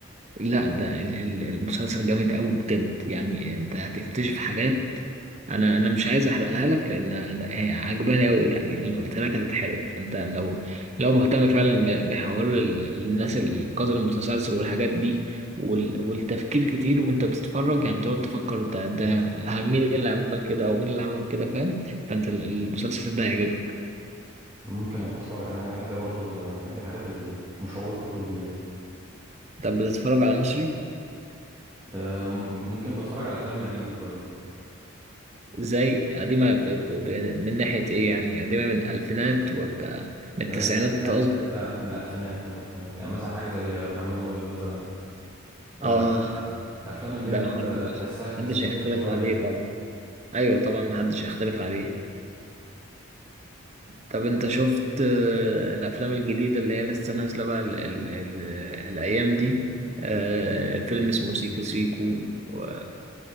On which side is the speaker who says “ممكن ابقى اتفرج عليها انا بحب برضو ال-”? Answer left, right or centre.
Right